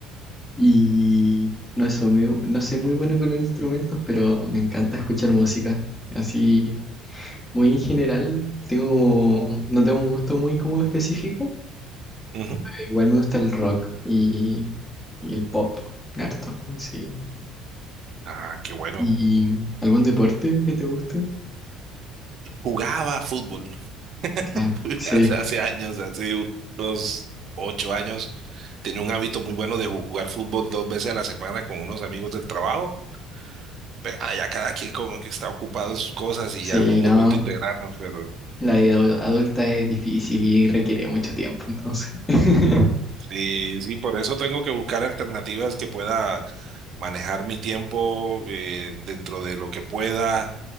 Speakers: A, on the left; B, on the right.
A: y no, soy muy, no soy muy bueno con los instrumentos, pero me encanta escuchar música. Así muy general. Tengo como, no tengo un gusto muy como específico.
B: Ujú.
A: Igual me gusta el rock y, y el pop, harto, sí.
B: Ah, qué bueno.
A: ¿Y algún deporte que te guste?
B: Jugaba fútbol.
A: Claro.
B: <laughs>
A: Sí,
B: Hace hace años, hace unos ocho años, tenía un hábito muy bueno de jugar fútbol dos veces a la semana con unos amigos del trabajo. Pero ya cada quien como que está ocupado en sus cosas y
A: sí,
B: ya no hemos
A: no.
B: vuelto a integrarnos, pero
A: La vida adu- adulta es difícil y requiere mucho tiempo, entonces. <laughs>
B: sí, sí, por eso tengo que buscar alternativas que pueda manejar mi tiempo eh, dentro de lo que pueda.